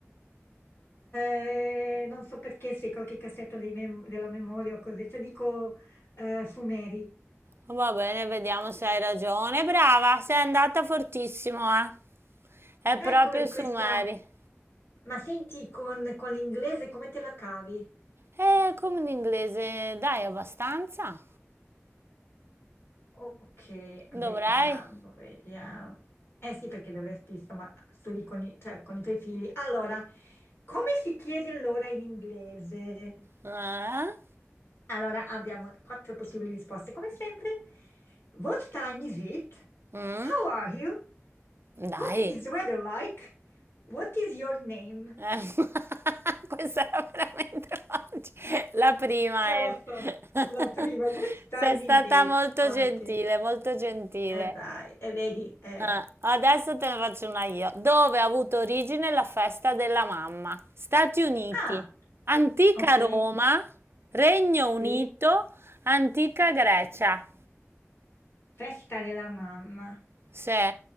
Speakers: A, on the left; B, on the right.
A: Eh, non so perché se qualche cassetto dei mem- della memoria o così. Cioè, dico eh, Sumeri.
B: Va bene, vediamo se hai ragione. Brava, sei andata fortissimo, eh. È
A: Ecco,
B: proprio
A: vedi
B: Sumeri.
A: questa... Ma senti, con, con l'inglese come te la cavi?
B: E come in inglese, dai abbastanza?
A: Ok,
B: Dovrei?
A: vediamo, vediamo. Eh sì, perché dovresti, insomma, studi con i, cioè, con i tuoi figli. Allora, come si chiede l'ora in inglese?
B: Eh?
A: Allora, abbiamo quattro possibili risposte, come sempre. What time is it?
B: Mm?
A: How are you?
B: Dai.
A: What is the weather like? What is your name?
B: Eh, <laughs> Questa era veramente facile. La prima,
A: Eh, lo
B: Emi.
A: so,
B: <laughs>
A: la prima. What
B: Sei
A: time
B: stata
A: is it?
B: molto
A: Ok.
B: gentile, molto gentile.
A: Eh, dai, e vedi. eh.
B: Eh, adesso te ne faccio una io. Dove ha avuto origine la festa della mamma? Stati Uniti,
A: Ah!
B: antica
A: Ok,
B: Roma, Regno Unito,
A: sì,
B: antica Grecia.
A: festa della mamma.
B: Sì,